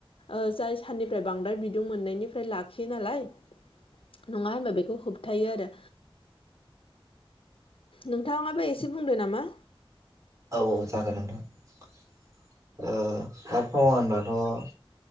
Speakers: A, on the left; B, on the right.
A: ओ जाय साननिफ्राय बांद्राय बिदुं मोननायनिफ्राय लाखियो नालाय नङा होनबा बेखौ होबथायो आरो। नोंथाङाबो एसे बुंदों नामा?
B: औ औ जागोन नोंथां ‌। ओ आबहावा होनब्लाथ'